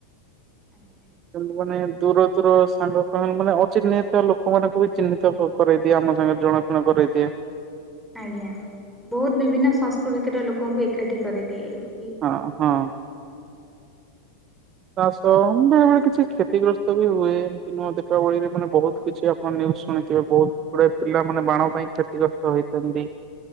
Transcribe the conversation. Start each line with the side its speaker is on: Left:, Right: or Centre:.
Centre: ଆଜ୍ଞା।
Right: କେମିତି ବନେନ୍ ଦୂର ଦୂର ସାଙ୍ଗ କହଣ ମାନେ ଅଚିହ୍ନିଥିବା ଲୋକ ମାନଙ୍କୁ ବି ଚିହ୍ନିତ କରେଇ ଦିଏ ଆମ ସାଙ୍ଗେରେ ଜଣାଶୁଣା କରେଇ ଦିଏ।
Centre: ଆଜ୍ଞା ବହୁତ୍ ବିଭିନ୍ନ ସଂସ୍କୃତିର ଲୋକଙ୍କୁ ଏକାଠି କରିଦିଏ ଏଠି।
Right: ହଁ ହଁ। ଚାଷ ବେଳେ ବେଳେ କିଛି କ୍ଷତିଗ୍ରସ୍ତ ବି ହୁଏ ଏମିତି ନୁଁଅ ଦୀପାବଳି ରେ ମାନେ ବହୁତ କିଛି ଆଉ କଣ ନିଉଯ୍ ଶୁଣିଥିବେ ବହୁତ ଗୁଡ଼େ ପିଲାମାନେ ବାଣ ପାଇଁ କ୍ଷତିଗ୍ରସ୍ତ ହେଇଛନ୍ତି।